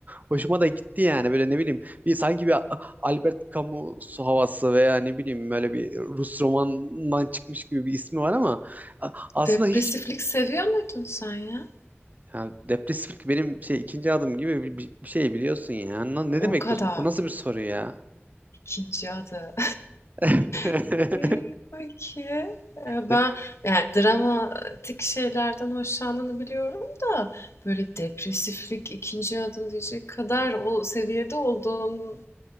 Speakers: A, on the right; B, on the left.
A: hoşuma da gitti yani böyle ne bileyim bir sanki bir Albert Camus havası veya ne bileyim böyle bir Rus romanından çıkmış gibi bir ismi var ama a- aslında
B: Depresiflik
A: hiç
B: seviyor muydun sen ya?
A: ha, depresiflik benim şey ikinci adım gibi bir, bir- bir şey biliyorsun ya. Na- Ne
B: O
A: demek
B: kadar.
A: bu? Bu nasıl bir soru ya?
B: İkinci adı.
A: <laughs>
B: <laughs> İyi, Peki. Ee,
A: Ya,
B: Ben yani dramatik şeylerden hoşlandığını biliyorum da böyle depresiflik ikinci adım diyecek kadar o seviyede olduğunu